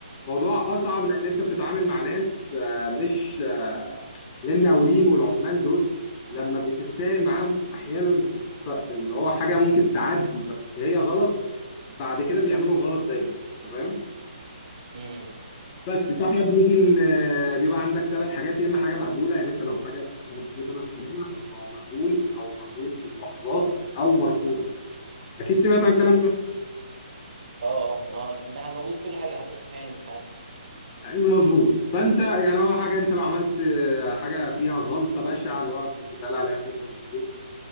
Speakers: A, on the left; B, on the right.
A: موضوع أصعب لأن أنت بتتعامل مع ناس آه، مش آه، للمقاولين والعمال دول لما بتتساهل معاهم أحيانا في الص- في اللي هو حاجة ممكن تعدي بس هي غلط بعد كده بيعملوا الغلط دايما تمام
B: اه
A: بس فاحنا بنيجي ن- بيبقى عندك ثلاث حاجات يا اما حاجه مقبوله يعني انت لو حاجه جيت انا استلمها فتبقى مقبول او مقبول بملاحظات او مرفوضه اكيد سمعت عن الكلام ده
B: اه اه ما هو ده موجود في كل حاجه حتى تصحيح الامتحانات
A: مظبوط فانت يعني هو حاجه انت لو عملت آه، حاجه فيها غلطه بشعه اللي هو بتتقال عليها فيتال ميستيك